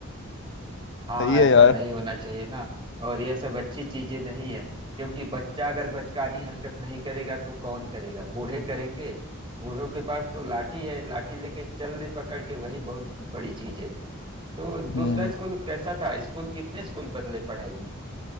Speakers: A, on the right; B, on the left.
A: हाँ
B: सही है
A: ऐसा
B: यार
A: नहीं होना चाहिए ना और यह सब अच्छी चीजें नहीं है क्योंकि बच्चा अगर बचकानी हरकत नहीं करेगा तो कौन करेगा बूढ़े करेंगे बूढ़ों के पास तो लाठी है लाठी लेके चल ले पकड़ के वही बहुत बड़ी चीज है तो दूसरा
B: हम्म
A: स्कूल कैसा था स्कूल कितने स्कूल बदले पढ़ाई में